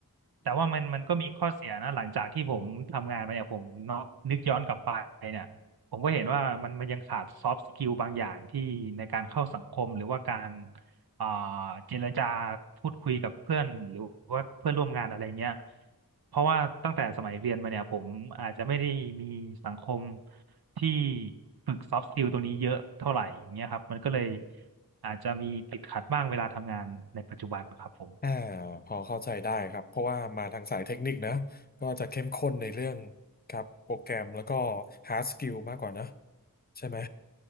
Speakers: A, on the right (about 80°); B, on the left (about 25°).
A: แต่ว่ามันมันก็มีข้อเสียนะหลังจากที่ผมทำงานมาเนี่ยผมเนาะนึกย้อนกลับไปเนี่ยผมก็เห็นว่ามันมันยังขาดซอฟต์สกิลบางอย่างที่ในการเข้าสังคมหรือว่าการ
B: อืม
A: อ่าเจรจาพูดคุยกับเพื่อนหรือว่าเพื่อนร่วมงานอะไรเงี้ยเพราะว่าตั้งแต่สมัยเรียนมาเนี่ยผมอาจจะไม่ได้มีสังคมที่ฝึกซอฟต์สกิลตัวนี้เยอะเท่าไหร่อย่างเงี้ยครับมันก็เลยอาจจะมีติดขัดบ้างเวลาทำงานในปัจจุบันครับผม
B: อ่าพอเข้าใจได้ครับเพราะว่ามาทางสายเทคนิคนะก็จะเข้มข้นในเรื่องครับโปรแกรมแล้วก็ hard skill มากกว่านะใช่ไหม